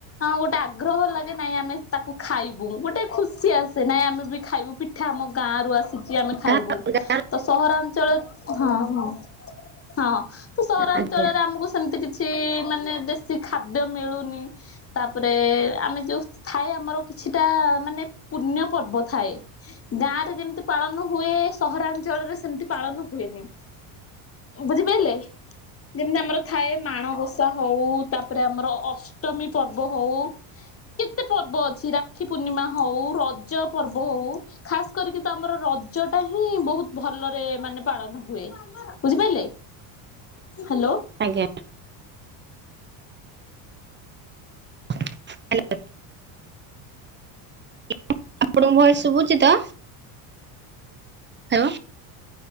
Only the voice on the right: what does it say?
ଆଜ୍ଞା
ଆଜ୍ଞା
ଆଜ୍ଞା <unintelligible> ଆପଣଙ୍କୁ ଭଏସ ଶୁଭୁଛି ତ? <unintelligible>